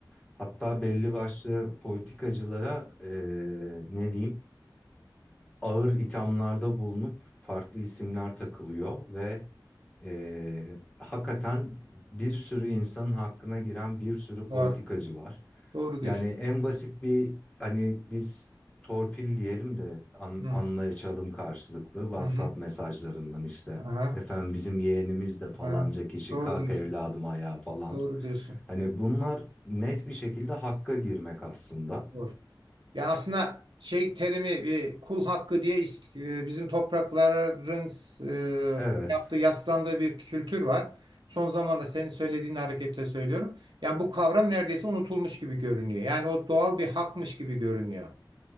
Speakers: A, on the left (about 15°); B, on the right (about 80°).
A: Hatta belli başlı politikacılara eee, ne diyeyim ağır ithamlarda bulunup farklı isimler takılıyor ve Ee, hakikaten bir sürü insanın hakkına giren bir sürü politikacı
B: doğru.
A: var.
B: Doğru diyorsun.
A: Yani en basit bir hani biz torpil diyelim de an,
B: Hı,
A: anlaşalım karşılıklı WhatsApp
B: hı, hı.
A: mesajlarından işte
B: Aha,
A: efendim bizim yeğenimiz de falanca
B: aha.
A: kişi
B: Doğru
A: kalk
B: diyorsun.
A: evladım ayağa falan.
B: Doğru diyorsun.
A: Hani bunlar net bir şekilde hakka girmek aslında.
B: Doğru. Yani aslında şey terimi e, kul hakkı diye is- e, bizim toprakların e,
A: Evet.
B: yaptığı yaslandığı bir kültür var. Son zamanlarda senin söylediğin hareketle söylüyorum. Yani bu kavram neredeyse unutulmuş gibi görünüyor. Yani o doğal bir hakmış gibi görünüyor.